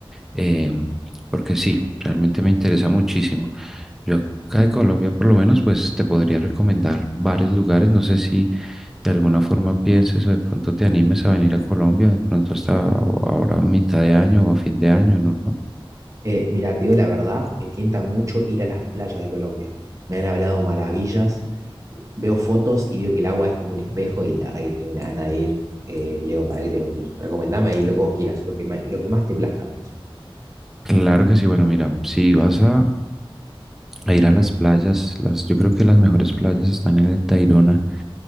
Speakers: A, in the centre; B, on the right.
A: eh, porque sí, realmente me interesa muchísimo. Yo acá de Colombia, por lo menos, pues te podría recomendar varios lugares. No sé si de alguna forma pienses o de pronto te animes a venir a Colombia, de pronto hasta ahora a mitad de año o a fin de año, ¿no?
B: Eh, mira, te digo la verdad, me tienta mucho ir a las playas de Colombia. Me han hablado maravillas. Veo fotos y veo que el agua es como un espejo y la verdad que tengo una gana de ir. Eh, Leo, ¿para qué te voy a mentir? Recomendame ahí lo que vos quieras, lo que más, lo que más te plazca.
A: Claro que sí, bueno, mira, si vas a, a ir a las playas. Las, yo creo que las mejores playas están en el Tayrona,